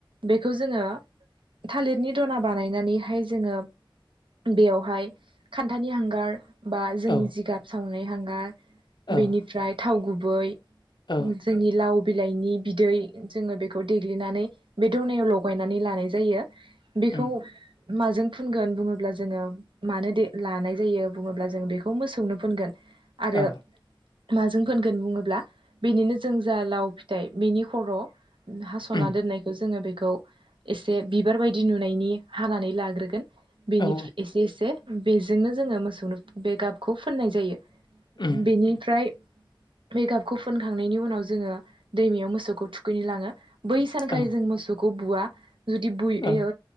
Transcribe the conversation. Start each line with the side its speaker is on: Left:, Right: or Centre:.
Right: बेखौ जोङो थालिरनि दना बानायनानैहाय जोङो बेयावहाय खान्थानि हांगार बा जोंनि
Left: औ
Right: जिगाब सावनाय हांगार
Left: औ
Right: बेनिफ्राय थाव गुबै
Left: औ
Right: जोंनि लाव बिलाइनि बिदै जोङो बेखौ देग्लिनानै बे दनायाव लगायनानै लानाय जायो बेखौ
Left: उम
Right: माजों फुनगोन बुङोब्ला जोङो मानो देना लानाय जायो बुङोब्ला जों बेखौ मोसौनो फोनगोन आरो
Left: औ
Right: माजों फोनगोन बुङोब्ला बेनिनो जों जा लाव फिथाइ बिनि खर' हास'ना
Left: उम
Right: दोननायखौ जोङो बेखौ एसे बिबार बायदि नुनायनि हानानै लाग्रोगोन बेनिफ
Left: औ
Right: एसे एसे बेजोंनो जोङो मोसौनो बे गाबखौ फोननाय जायो
Left: उम
Right: बेनिफ्राय बे गाबखौ फुनखांनायनि उनाव जोङो दैमायाव मोसौखौ थुखैनो लाङो बै सानखालि
Left: औ
Right: जों मोसौखौ बुवा जुदि बुयोयो
Left: औ